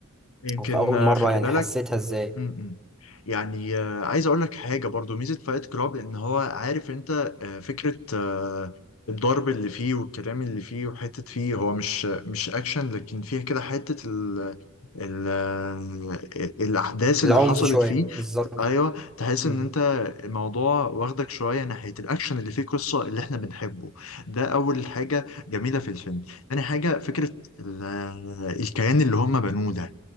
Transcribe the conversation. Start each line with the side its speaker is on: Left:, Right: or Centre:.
Left: يمكن
Centre: أو في أول
Left: آه،
Centre: مرة
Left: خلي
Centre: يعني
Left: بالك
Centre: حسيتها إزاي
Left: م-م. يعني آه، عايز اقول لك حاجه برضو ميزه فايت كلاب ان هو عارف انت آه، فكره آه، الضرب اللي فيه والكلام اللي فيه وحته فيه هو مش مش اكشن لكن فيها كده حته ال ال آه، الاحداث اللي
Centre: العنف
Left: حصلت
Centre: شوية
Left: فيه
Centre: بالظبط
Left: ايوه تحس
Centre: مم.
Left: ان انت الموضوع واخدك شويه ناحيه الاكشن اللي فيه قصه اللي احنا بنحبه ده اول حاجه جميله في الفيلم تاني حاجه فكره ال- آه، الكيان اللي هم بنوه ده